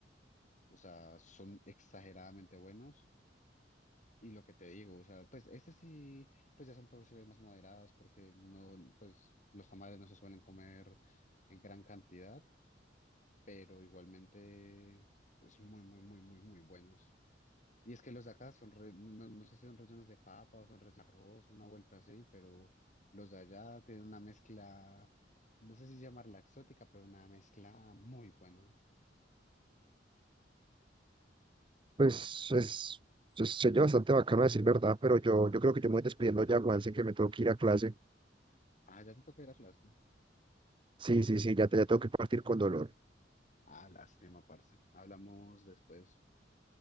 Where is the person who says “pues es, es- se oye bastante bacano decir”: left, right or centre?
Right